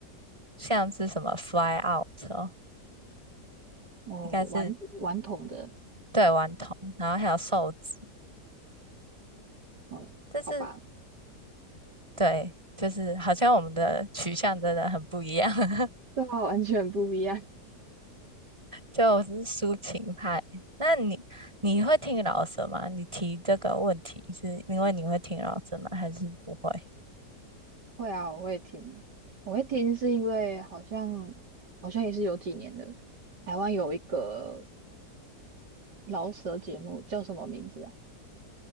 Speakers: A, on the right; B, on the right.
A: 像是什么《Fly Out》哦，
B: 哦，
A: 应该是
B: 顽顽童的，
A: 对顽童，然后还有瘦子，
B: 哦，
A: 但是
B: 好吧，
A: 对，就是好像我们的取向真的很不一样，<laughs>
B: 对啊，完全不一样。
A: 就我是抒情派。那你你会听老舌吗？你提这个问题是因为你会听老舌吗？还是不会？
B: <laughs> 会啊，我会听，我会听是因为好像好像也是有几年了，台湾有一个饶舌节目叫什么名字啊？